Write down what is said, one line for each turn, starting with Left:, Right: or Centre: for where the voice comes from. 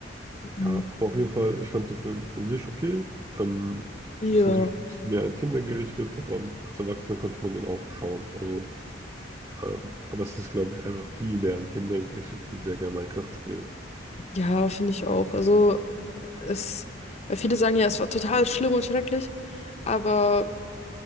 Right: Ja,
Left: Mhm.
Right: aber auf jeden Fall, ich fand den Film an sich okay. Ähm,
Left: Ja.
Right: ist natürlich auch ein bisschen mehr an Kinder gerichtet, aber als Erwachsener konnte man den auch schauen. Also Ähm, aber es ist, glaube ich, einfach viel mehr an Kinder gerichtet, die sehr gerne Minecraft spielen.
Left: Ja, finde ich auch. Also, es, weil viele sagen ja, es war total schlimm und schrecklich, aber